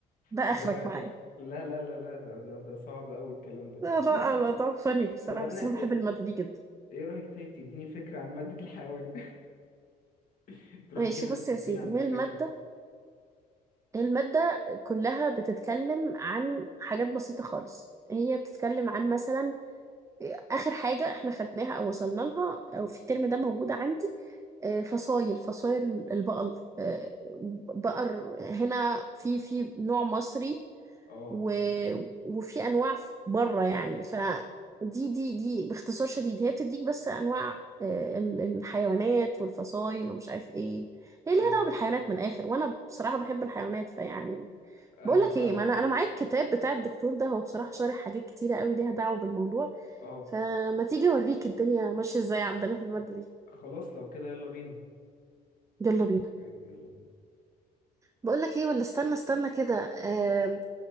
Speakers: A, on the right; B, on the left.
A: ده آخرك
B: اللي هو
A: معايا
B: لا لا لا لا ده ده ده صعب قوي الكلام ده
A: لا لا
B: <laughs>
A: الموضوع فني بصراحة
B: طب انا
A: بس أنا بحب المادة دي جدا
B: ايه رأيك طيب تديني فكرة عن مادة الحيوان <laughs> تروحي
A: ماشي
B: كده
A: بص
B: تديني
A: يا سيدي
B: عندها
A: هي
B: فكرة
A: المادة المادة كلها بتتكلم عن حاجات بسيطة خالص هي بتتكلم عن مثلا آخر حاجة احنا خدناها أو وصلنا لها أو في الترم ده موجودة عندي آه، فصايل فصايل البقر آه، بقر هنا في في نوع مصري
B: اه
A: و... وفي انواع ف- بره يعني فدي دي دي باختصار شديد هي بتديك بس انواع آه، ال- الحيوانات والفصائل ومش عارف ايه هي
B: ايوه
A: ليها دعوه
B: فاهم
A: بالحيوانات من الاخر وانا بصراحه بحب الحيوانات فيعني
B: ايوه
A: بقول لك
B: فاهمك
A: ايه ما انا انا معايا الكتاب بتاع الدكتور ده هو بصراحه شارح حاجات كتيره قوي ليها دعوه بالموضوع
B: اه
A: فما تيجي اوريك الدنيا ماشيه ازاي عندنا في الماده دي
B: خلاص لو كده يلا بينا
A: يلا بينا
B: إيه، يلا بينا
A: بقول لك ايه ولا استنى استنى كده آم،